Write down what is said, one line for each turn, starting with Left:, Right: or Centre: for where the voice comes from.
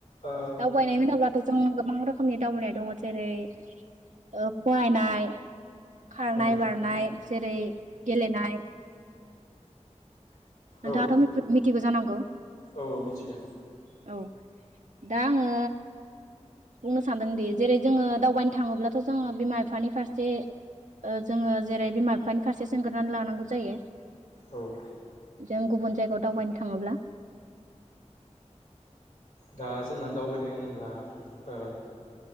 Left: ओ
Right: दावबायनाय होनोब्लाथ' जों गोबां रोखोमनि दावबायनाय दङ जेरै ओ फरायनाय खारनाय
Left: उम
Right: बारनाय जेरै गेलेनाय नोंथाङाथ'
Left: उम औ औ
Right: फोर मिथिगौ जानांगौ
Left: औ मिथियो
Right: औ दा आङो बुंनो सानदोंदि जेरै जोङो दावबायनो थाङोब्लाथ' जोङो बिमा बिफानि फारसे जोङो जेरै बिमा बिफानि फारसे सोंग्रोनानै लानांगौ जायो
Left: औ
Right: जों गुबुन जायगायाव दावबायनो थाङोब्ला
Left: दा जोंना दावबायनाय होनोब्ला ओ